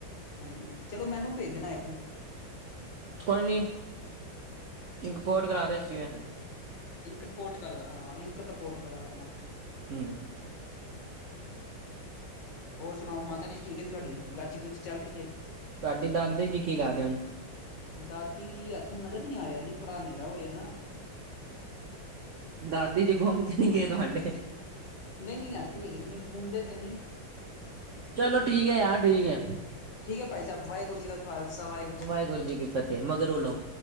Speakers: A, on the left; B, on the right.
A: ਹਾਂਜੀ, ਹਾਂਜੀ ਚਲੋ ਮੈਨੂੰ ਭੇਜਣਾ ਇੱਕ
B: ਕੋਈ ਨੀ ਇੰਕ ਪੋਰਟ ਕਰਾ ਦੇੱਸੀ ਏ।
A: ਇੰਕਟ ਪੋਰਟ ਕਰਦਾ ਹਾਂ, ਇੰਕਟ ਪੋਰਟ ਕਰਾ ਦੇਣਾ
B: ਹੂ
A: ਹੋਰ ਸੁਣਾਓ, ਮਾਤਾ ਜੀ ਠੀਕ ਨੇ ਤੁਆਡੀ, ਗਾਚੀ ਗੁਚੀ ਚੱਲ ਰੀ ਏ
B: ਤੁਆਡੀ ਦਾਦੇ ਜੀ ਕੀ ਕਰ ਰੇਣ?
A: ਦਾਦੀ ਜੀ ਐਥੋਂ ਨਜ਼ਰ ਨੀ ਆ ਰੇਆ ਜੀ, ਥੋੜਾ ਹਨੇਰਾ ਹੋਯਾ ਨਾ
B: ਦਾਦੀ ਜੀ ਗੁਮ ਤੇ ਨੀ ਗਏ ਤੁਆਡੇ
A: ਨੀ ਨੀ ਐੱਥੇ ਈ ਹੈਗੇ, ਨਈ ਗੁੰਮਦੇ ਤੇ ਨੀ
B: ਚਲੋ ਠੀਕ ਐ ਯਾਰ ਠੀਕ ਏ
A: ਠੀਕ ਐ, ਭਾਈ ਸਾਬ ਵਾਏਗੁਰੂ ਜੀ ਕਾ ਖਾਲਸਾ ਵਾਹੇਗੁਰੂ
B: ਵਾਹੇਗੁਰੂ ਜੀ ਕੀ ਫਤੇਹ, ਮਗਰੋ ਲਓ